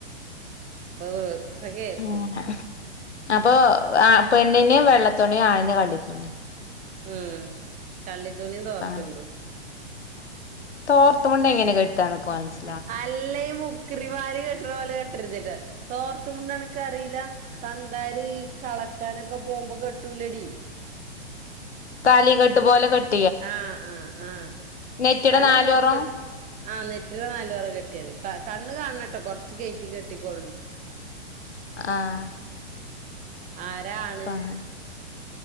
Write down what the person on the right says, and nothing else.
ഇപ്പ ഇപ്പ കേക്കും
ഉം കള്ളിതുണിം തോർത്തുണ്ടും
അല്ല ഈ മുക്കൃരിമാര് കെട്ട്ണ പോലെ കെട്ടരുതിട്ടോ തോർത്ത് മുണ്ടനക്കറീലാ തന്താര് കളക്കാനൊക്കെ പോമ്പൊ കെട്ടൂലടി
ആഹ് ആഹ് ആഹ്
തല
മൊത്ത ആ നെറ്റിടെ നാലോറം കെട്ടിയാതി കണ്ണ് കാണണട്ടോ കൊറച്ച് കേറ്റി കെട്ടിക്കൊൾ
ആരാണ്